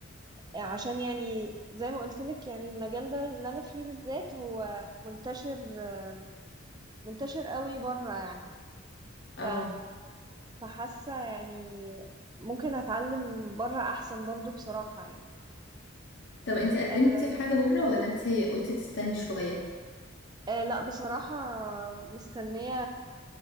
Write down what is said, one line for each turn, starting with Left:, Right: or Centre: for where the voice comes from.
Right: عشان يعني زي ما قلت لك يعني المجال ده اللي انا فيه بالذات هو منتشر آم، منتشر قوي بره يعني
Left: اه
Right: ف فحاسه يعني ممكن اتعلم بره احسن برضو بصراحة يعني
Left: طب انت قدمتي
Right: أه
Left: في حاجة بره ولا انت قلتي تستني شوية
Right: أه لا بصراحة مستنية